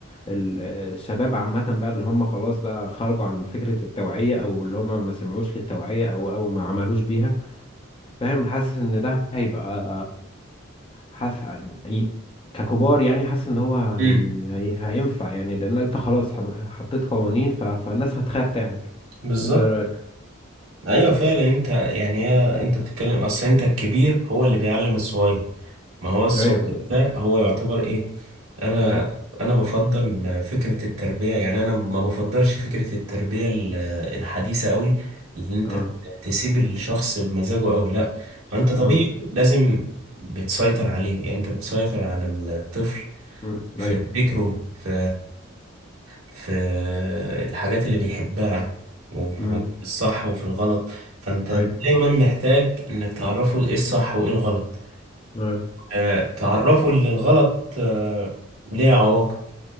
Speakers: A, on the left (about 25°); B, on the right (about 90°).
A: ال- الشباب عامة بقى اللي هم خلاص بقى خرجوا عن فكرة التوعية او اللي هم ما سمعوش للتوعية او او ما عملوش بيها فاهم حاسس ان ده هيبقى حاسس ي- ككبار يعني حاسس ان هو هي...
B: مم.
A: هي... هينفع يعني لان انت خلاص حم- حطيت قوانين ف... فالناس هتخاف تعمل
B: بالظبط
A: انت إيه رايك
B: ايوه فعلا انت يعني هي انت بتتكلم اصل انت الكبير هو اللي بيعلم الصغير ما هو الصغير
A: ايوه بالظبط
B: ده هو يعتبر ايه انا
A: ايوه
B: انا بفضل فكره التربيه يعني انا ما بفضلش فكره التربيه ال- الحديثه قوي اللي انت
A: اه
B: تسيب الشخص بمزاجه قوي لا انت طبيعي
A: امم
B: لازم بتسيطر عليه يعني انت بتسيطر على الطفل
A: امم
B: في
A: ايوه
B: فكره في في الحاجات اللي بيحبها وفي
A: امم
B: الصح وفي الغلط فانت
A: ايوه
B: دايما محتاج انك تعرفه ايه الصح وايه الغلط
A: ايوه
B: آه، تعرفه ان الغلط آه، ليه عواقب